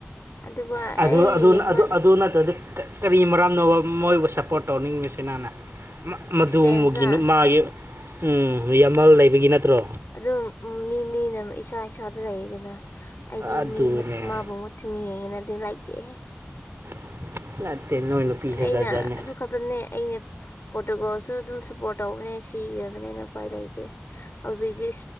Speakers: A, on the left; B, on the right.
A: ꯑꯗꯨꯒ
B: ꯑꯗꯨ
A: ꯑꯩ
B: ꯑꯗꯨ
A: ꯌꯦꯡꯕ
B: ꯑꯗꯨ ꯑꯗꯨ ꯅꯠꯇ꯭ꯔꯗꯤ ꯀꯔꯤ ꯃꯔꯝꯅꯣꯕ ꯃꯣꯏꯕꯨ ꯁꯞꯄꯣꯔꯠ ꯇꯧꯅꯤꯡꯉꯤꯁꯤ ꯅꯥꯅ ꯃꯗꯨꯃꯒꯤ
A: ꯏꯁꯄꯦꯟꯁ꯭ꯔꯥ
B: ꯃꯥꯒꯤ ꯎꯝ ꯌꯥꯝꯃꯜ ꯂꯩꯕꯒꯤ ꯅꯠꯇ꯭ꯔꯣ
A: ꯑꯗꯨꯝ ꯃꯤ ꯃꯤꯅ ꯏꯁꯥ ꯏꯁꯥꯗ ꯂꯩꯌꯦꯗꯅ ꯍꯥꯏꯗꯤ
B: ꯑꯗꯨꯅꯦ
A: ꯃꯤ ꯃꯕꯨ ꯃꯥꯕꯨꯨ <unintelligible>
B: <unintelligible> ꯅꯨꯄꯤꯁꯦ
A: ꯑꯩꯅ
B: ꯖꯥꯠ ꯖꯥꯠꯅꯦ
A: ꯑꯗꯨꯛ ꯈꯛꯇꯅꯦ ꯑꯩꯅ ꯄꯣꯔꯇꯨꯒꯥꯜꯁꯨ ꯑꯗꯨꯝ ꯁꯞꯄꯣꯔꯠ ꯇꯧꯕꯅꯦ ꯁꯤꯈ꯭ꯔꯕꯅꯦꯅ ꯎꯄꯥꯏ ꯂꯩꯇꯦ ꯍꯧꯖꯤꯛꯇꯤ